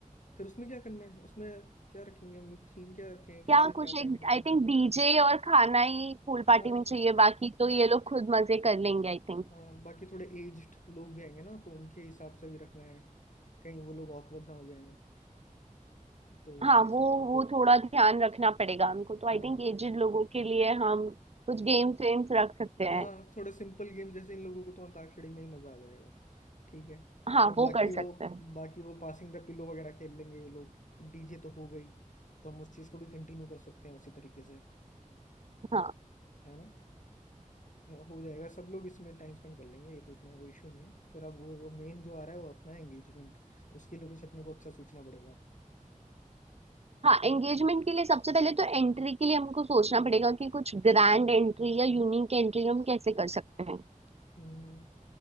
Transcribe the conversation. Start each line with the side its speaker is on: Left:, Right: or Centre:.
Left: फिर उसमें क्या करना है उसमें क्या रखेंगे हम लोग थीम क्या रखेंगे
Right: क्या
Left: कैसे
Right: कुछ
Left: क्या पहन
Right: एक
Left: के आएंगे
Right: आई थिंक डीजे और खाना ही पूल पार्टी
Left: हाँ
Right: में चाहिए बाकी तो ये लोग खुद मजे कर लेंगे आई थिंक
Left: हाँ, बाकी थोड़े एज्ड लोग भी आएंगे ना तो उनके हिसाब से भी रखना है कहीं वो लोग ऑकवर्ड ना हो जाए तो उसके
Right: हाँ
Left: हिसाब
Right: वो
Left: से भी।
Right: वो थोड़ा ध्यान रखना पड़ेगा उनको तो आई
Left: हाँ
Right: थिंक एजेड लोगों के लिए हम कुछ गेम्स वेम्स रख सकते हैं
Left: हाँ थोड़े सिंपल गेम जैसे इन लोगों को तो अंताक्षरी में ही मजा आ जाएगा ठीक है
Right: हाँ
Left: और
Right: वो
Left: बाकी
Right: कर सकते
Left: वो
Right: हैं
Left: बाकी वो पासिंग द पिलो वगैरह खेल लेंगे ये लोग डीजे तो हो गई तो हम उस चीज को भी कंटिन्यू कर सकते हैं उसी तरीके से
Right: हाँ
Left: है ना हो जाएगा सब लोग इसमें टाइम स्पेंड कर लेंगे ये तो इतना कोई इशू नहीं है फिर अब वो, वो मेन जो आ रहा है वो अपना एंगेजमेंट उसके लिए कुछ अपने को अच्छा सोचना पड़ेगा
Right: हाँ एंगेजमेंट के लिए सबसे पहले तो एंट्री के लिए हमको सोचना पड़ेगा कि कुछ ग्रैंड एंट्री या यूनिक एंट्री हम कैसे कर सकते हैं
Left: हम्म,